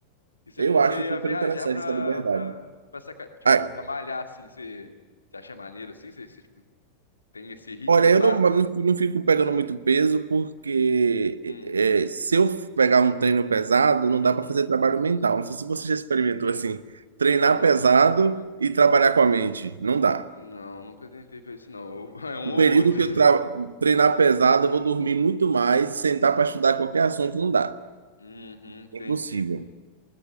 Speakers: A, on the left (about 80°); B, on the right (about 70°).
A: E você
B: Eu
A: falou
B: acho
A: que você
B: super
A: ia viajar
B: interessante
A: pra,
B: essa liberdade.
A: pra, pra, essa ca- tipo,
B: Ah,
A: pra malhar, assim, você, você acha maneiro, assim? Você, você, tipo, tem esse ritmo
B: olha,
A: de
B: eu
A: pá?
B: não, não, não fico pegando muito peso, porque
A: Hum,
B: eh, se eu pegar um treino pesado, não dá
A: uhum.
B: para fazer trabalho mental. Não sei se você já experimentou assim, treinar
A: Não,
B: pesado e trabalhar com a mente. Não dá.
A: não, nunca tentei fazer isso, não. <laughs> É um
B: O
A: ou
B: período
A: outro.
B: que eu tra- treinar pesado, eu vou dormir muito mais, sentar para estudar qualquer assunto, não dá.
A: Uhum, entendi.
B: Impossível.